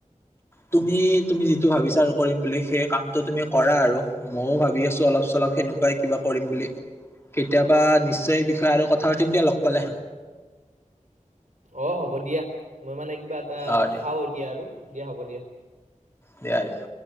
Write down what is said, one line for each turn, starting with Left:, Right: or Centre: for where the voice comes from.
Left: তুমি-তুমি যিটো ভাবিছা আৰু কৰিম বুলি সেই কামটো তুমি কৰা আৰু ময়ো ভাবি আছো অলপ চলপ সেনেকুৱাই কিবা কৰিম বুলি। কেতিয়াবা নিশ্চয় এই বিষয়ে আৰু কথা পাতিম দিয়া লগ পালে।
Right: অ', হ'ব দিয়া মই মানে কিবা এটা
Left: অ দিয়া
Right: খাওঁ এতিয়া আৰু দিয়া হ'ব দিয়া।
Left: দিয়া-দিয়া।